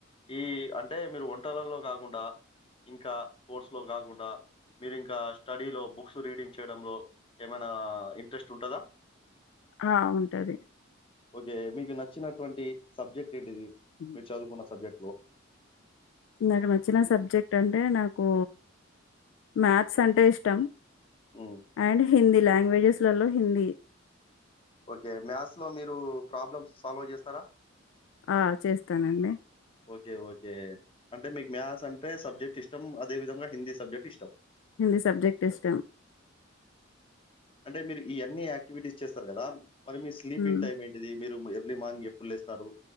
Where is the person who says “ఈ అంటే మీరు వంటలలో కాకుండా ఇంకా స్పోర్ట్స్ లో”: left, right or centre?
Left